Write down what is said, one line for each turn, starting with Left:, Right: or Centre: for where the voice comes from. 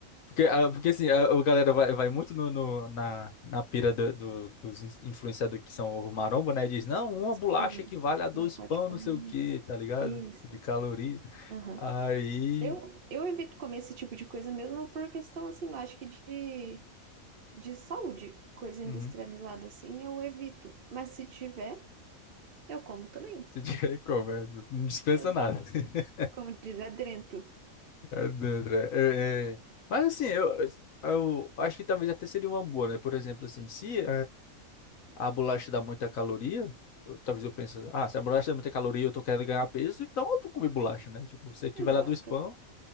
Left: Porque, ah, porque assim, a, a galera vai, vai muito no, no- na, na pira do- do- dos in- influenciadores que são o maromba, né? Diz, não, uma bolacha
Right: sim.
Left: equivale a dois
Right: Não pode
Left: pão,
Right: comer.
Left: não sei o quê, tá ligado?
Right: Isso,
Left: De caloria.
Right: aham.
Left: Aí.
Right: Eu, eu evito comer esse tipo de coisa mesmo por questão, assim, eu acho que de, de saúde, coisa industrializada
Left: Uhum. <laughs>
Right: assim, eu evito. Mas se tiver, eu como também.
Left: Se tiver como, é, não dispensa
Right: Exato.
Left: nada. <laughs>
Right: Como diz, adrento.
Left: É, dentro, é, é, é. Mas assim, eu, eu acho que talvez até seria uma boa, né? Por exemplo, assim, se. a bolacha dá muita caloria, eu- talvez eu pense, ah, se a bolacha dá muita caloria, e eu tô querendo ganhar peso, então eu vou comer bolacha, né? Tipo, se equivale
Right: Exato.
Left: a dois pão,